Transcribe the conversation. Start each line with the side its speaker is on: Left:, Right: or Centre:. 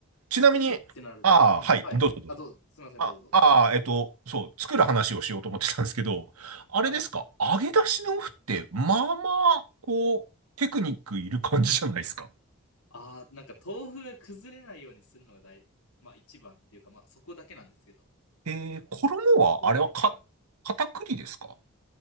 Right: ちなみに、
Left: 作るってなると。
Right: ああ、
Left: うん。
Right: はい、
Left: はい。
Right: どうぞどうぞ。
Left: あ、どうぞ。すいません、
Right: あ、
Left: どうぞどうぞ。
Right: ああ、えっと、そう、作る話をしようと思ってたんですけど、あれですか、
Left: はい。
Right: 揚げ出し豆腐って、まあまあ、こう、テクニックいる感じじゃないですか。
Left: あー、なんか豆腐が崩れないようにするのが大、まあ一番っていうか、まあそこだけなんですけど、
Right: えー、衣は、
Left: そこが一番ですね。
Right: あれはか、片栗ですか